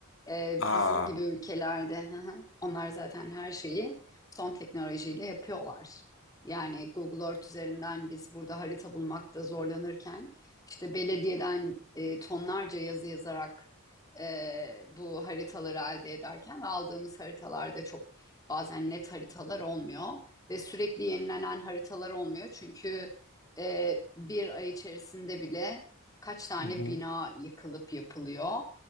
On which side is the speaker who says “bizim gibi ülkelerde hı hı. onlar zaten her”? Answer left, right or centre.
Left